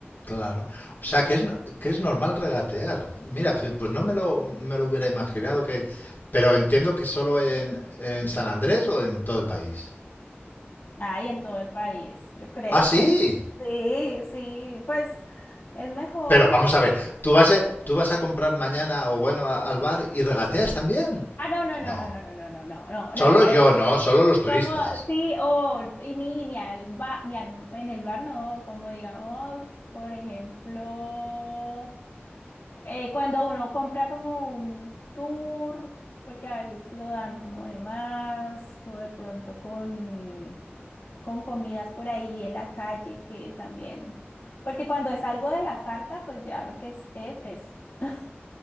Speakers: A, on the left (about 45°); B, on the left (about 60°).
A: Claro, o sea que es, no- que es normal regatear. Mira, fe- pues no me lo, me lo hubiera imaginado que... Pero entiendo que solo en, en San Andrés o en todo el país.
B: Ay, en todo el país, yo creo
A: Ah, sí.
B: que sí, sí, pues es mejor.
A: Pero vamos
B: porque-
A: a ver, ¿tú vas a, tú vas a comprar mañana o bueno a- al bar y regateas también?
B: Ah, no, no, no,
A: No.
B: no, no, no, no, no, no, no, no.
A: Solo
B: Es
A: yo, no, solo los turistas.
B: como, sí, o y ni, ni al ba- ni al, en el bar no, como digamos, por ejemplo. eh, cuando uno compra como un tour, porque a veces lo dan como de más, o de pronto con, con comidas por ahí en la calle que también, porque cuando es algo de la carta, pues ya lo que es, es, es. <laughs>